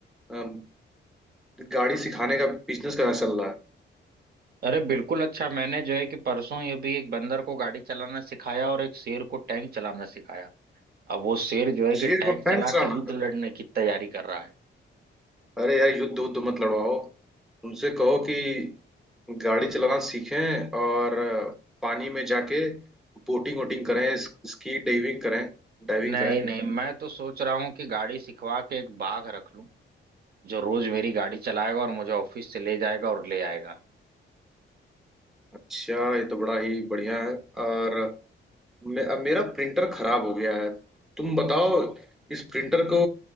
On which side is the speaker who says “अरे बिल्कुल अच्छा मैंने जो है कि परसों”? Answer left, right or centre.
Right